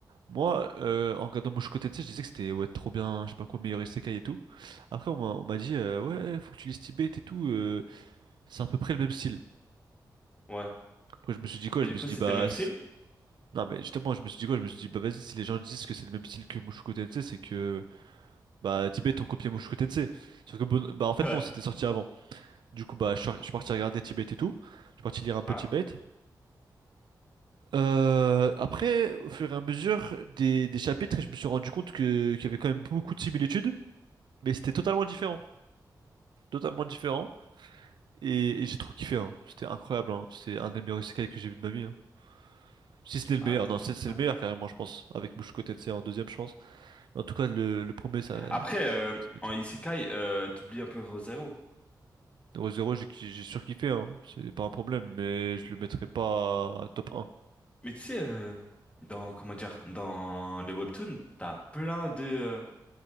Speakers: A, on the right; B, on the left.
A: Moi, euh, en regardant Mushoku-tensei, je disais que c'était ouais, trop bien, je sais pas quoi, meilleur isekai et tout. Après, on m'a on m'a dit, euh, ouais, faut que tu lises Tibet et tout, euh, c'est à peu près le même style.
B: Ouais.
A: Après, je me suis dit quoi?
B: Et
A: Je
B: du
A: me
B: coup,
A: suis dit,
B: c'était
A: bah,
B: le même style?
A: si- non, mais justement, je me suis dit quoi? Je me suis dit, bah, vas-y, si les gens disent que c'est le même style que Mushoku-tensei, c'est que, bah, Tibet ont copié Mushoku-tensei. Sauf que, bon, bah, en fait,
B: Ouais.
A: non, c'était sorti avant. Du coup, bah, je suis je suis parti regarder Tibet et tout. Je suis parti lire un peu
B: Ouais.
A: Tibet. Euh, après, au fur et à mesure des, des chapitres, je me suis rendu compte que, qu'il y avait quand même beaucoup de similitudes, mais c'était totalement différent. totalement différent. Et, et j'ai trop kiffé, hein. C'était incroyable, hein. c'est un des meilleurs isekai que j'ai vu de ma vie, hein. Si ce n'est le
B: Ah,
A: meilleur,
B: tu
A: non, c'est
B: m'étonnes.
A: c'est le meilleur carrément, je pense. Avec Mushoku Tensei en deuxième, je pense. Mais en tout cas, le, le premier, ça.
B: Après, euh,
A: c'est vite.
B: en Isekai, euh, t'oublies un peu Re:Zero.
A: Zero Zero, j'ai ki- j'ai surkiffé, hein. C'est pas un problème, mais je le mettrai pas top un
B: Mais tu sais, euh, dans, comment dire, dans les webtoons, t'as plein de, euh,